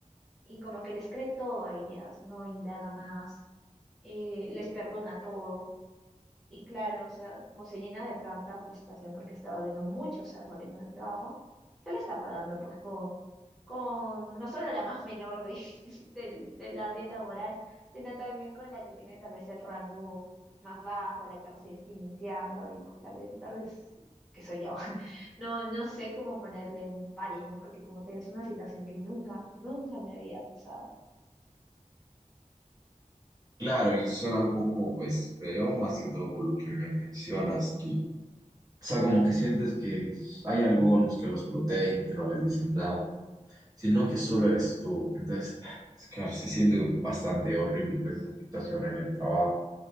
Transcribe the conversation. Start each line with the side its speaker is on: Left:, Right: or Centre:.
Centre: y como que les cree todo a ellas, no indaga más, eh, les perdona todo. Y claro, o sea, como se llena de tanta frustración porque estaba viendo muchos errores en el trabajo, se la está pagando pues con, con no solo la más menor de, <laughs> del, del área laboral, sino también con la que tiene tal vez el rango más bajo, la que recién está iniciando y pues la que tal vez que soy yo. <laughs> No, no sé cómo ponerle un pare, ¿no? Porque como te digo, es una situación que nunca, nunca me había pasado.
Right: Claro, y suena un poco pues feo, más que todo por lo que me mencionas, que, o sea, como que sientes que hay algunos que los protegen, que no les dicen nada, sino que solo eres tú. Entonces, <sighs> claro, se siente bastante horrible pues, esa situación en el trabajo,